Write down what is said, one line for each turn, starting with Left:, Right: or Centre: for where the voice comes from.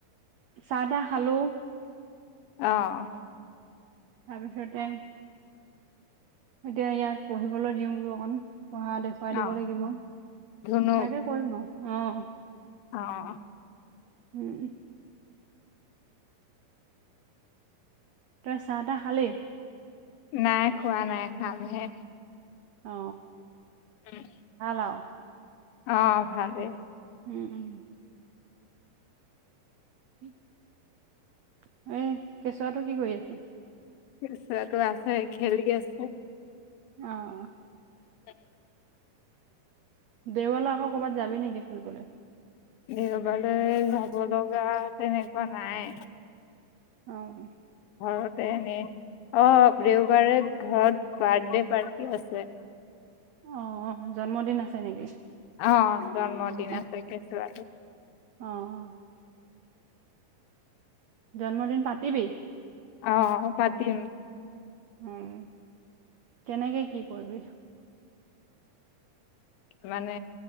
Right: চাহ দাহ খালো।
Left: অ'।
Right: তাৰ পিছতে এতিয়া ইয়াক পঢ়িবলৈ দিওঁ বোলো অকণ। পঢ়া দেখুৱাই
Left: অ',
Right: দিব লাগিব,
Left: ধুনু
Right: সেয়াকে কৰিম আৰু। অ'।
Left: অ'।
Right: উম। তই চাহ তাহ খালি?
Left: নাই, খোৱা নাই খামহে।
Right: অ'।
Left: উম,
Right: হ'লো।
Left: অ', ভালেই।
Right: উম, উম। উম, কেঁচুৱাটো কি কৰি আছে?
Left: কেঁচুৱাটো আছে, খেলি আছে।
Right: অ'।
Left: <inaudible>
Right: দেওলত আকৌ কৰ'বাত যাবি নেকি ফুৰিবলে?
Left: দেওঁবাৰেলৈ যাব লগা তেনেকুৱা নাই।
Right: অ'।
Left: ঘৰতে এনে অ', দেওঁবাৰে ঘৰত বাৰ্থডে পাৰ্টি আছে।
Right: অ', অ', জন্মদিন আছে নেকি।
Left: অ', জন্মদিন
Right: অ
Left: আছে কেঁচুৱাটো
Right: অ'। জন্মদিন পাতিবি?
Left: অ', পতিম।
Right: উম, কেনেকে কি কৰিবি?
Left: মানে